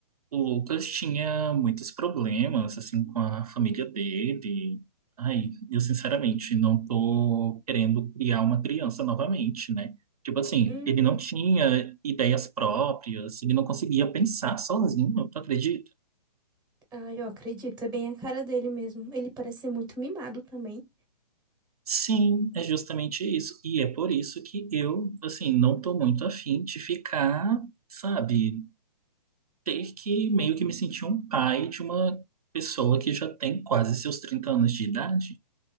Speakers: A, on the right; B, in the centre.
A: O Lucas tinha muitos problemas, assim, com a família dele. Ai, eu sinceramente não tô querendo criar uma criança novamente, né? Tipo assim,
B: Uhum.
A: ele não tinha ideias próprias, ele não conseguia pensar sozinho, tu acredita?
B: Ai, eu acredito, é bem a cara dele mesmo. Ele parece ser muito mimado também.
A: Sim, é justamente isso. E é por isso que eu, assim, não tô muito afim de ficar, sabe, ter que meio que me sentir um pai de uma pessoa que já tem quase seus 30 anos de idade.